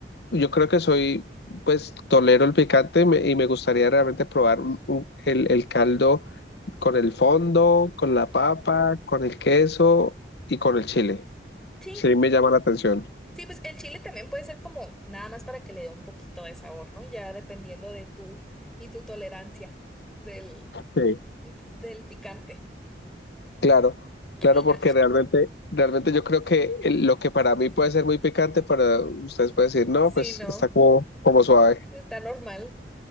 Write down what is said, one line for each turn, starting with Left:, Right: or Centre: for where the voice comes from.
Left: Yo creo que soy, pues, tolero el picante me- y me gustaría realmente probar un- un- el, el caldo con el fondo, con la papa, con el queso y con el chile.
Centre: Sí,
Left: Sí, me llama la atención.
Centre: sí, pues el chile también puede ser como nada más para que le dé un poquito de sabor, ¿no? Ya dependiendo de tú y tu tolerancia del,
Left: Sí,
Centre: del picante.
Left: claro, claro,
Centre: Sí,
Left: porque
Centre: ah,
Left: realmente, realmente yo creo que el- lo que para mí puede ser muy picante, para ustedes pueden decir, no,
Centre: sí,
Left: pues
Centre: no.
Left: está como, como suave.
Centre: Está normal.